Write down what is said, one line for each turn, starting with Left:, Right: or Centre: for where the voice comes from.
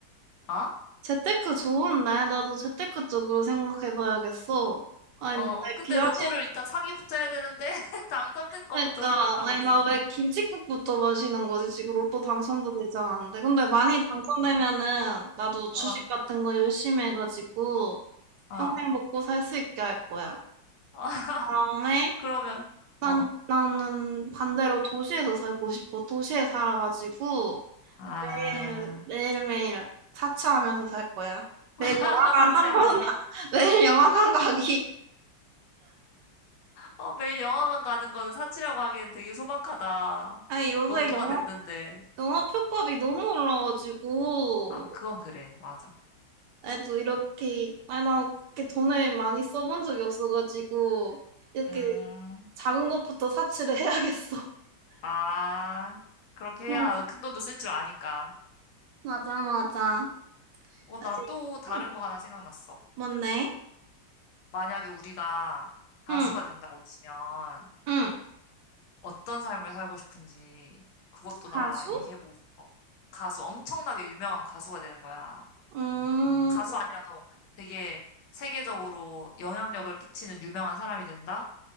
Left: 어?
Right: 재테크 좋은데? 나도 재테크 쪽으로 생각해봐야겠어. 아니,
Left: 어,
Right: 아니,
Left: 근데
Right: 비현실
Left: 로또를 일단 사기부터 해야 되는데, <laughs> 당첨되는 것부터
Right: 그러니까
Left: 생각하고
Right: 아니
Left: 있어.
Right: 나 왜 김칫국부터 마시는 거지? 지금 로또 당첨도 되지 않았는데 근데 많이 당첨되면은 나도 주식
Left: 어,
Right: 같은 거 열심히 해가지고
Left: 어,
Right: 평생 먹고 살 수 있게 할 거야.
Left: 어, <laughs>
Right: 다음에
Left: 그러면,
Right: 난
Left: 어,
Right: 나는 반대로 도시에서 살고 싶어. 도시에 살아가지고
Left: 아,
Right: 매일 매일매일 사치하면서 살 거야. 매일
Left: <laughs>
Right: 영화관
Left: 사치하면서.
Right: 한 번, <laughs> 매일 영화관 가기.
Left: 어, 매일 영화관 가는 거는 사치라고 하기엔 되게 소박하다.
Right: 아니 요새
Left: 로또가
Right: 영화
Left: 됐는데.
Right: 영화 표값이 너무 올라가지고.
Left: 아, 그건 그래. 맞아.
Right: 나도 이렇게 아니 나 이렇게 돈을 많이 써본 적이 없어가지고 이렇게
Left: 음,
Right: 작은 것부터 사치를 <laughs> 해야겠어.
Left: 아, 그렇게
Right: 응.
Left: 해야 큰 돈도 쓸 줄 아니까.
Right: 맞아 맞아.
Left: 어, 나
Right: 사실
Left: 또 다른
Right: 응.
Left: 거 하나 생각났어.
Right: 뭔데?
Left: 만약에 우리가 가수가
Right: 응.
Left: 된다고 치면,
Right: 응.
Left: 어떤 삶을 살고 싶은지 그것도
Right: 가수?
Left: 나 얘기해보고 싶어. 가수, 엄청나게 유명한 가수가 되는 거야.
Right: 음.
Left: 가수 아니라도 되게 세계적으로 영향력을 끼치는 유명한 사람이 된다?